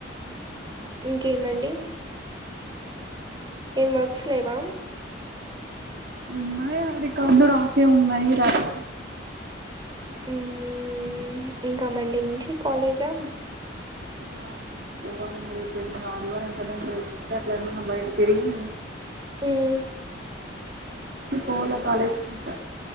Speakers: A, on the right (about 25°); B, on the right (about 55°).
A: ఇంకేమండి
B: చె
A: ఏం వర్క్స్ లేవా
B: ఉన్నాయి అది కాదు రాసేవున్నాయి రాయ్ ల
A: ఉమ్ ఇంకా మండే నుంచి కాలేజా
B: ఆ పోమండి రేపు ఆదివారం కదండి కేట్లా ఏమన్నా బయట తరిగి
A: ఉమ్
B: పోలే కాాలేజ్ కి <inaudible>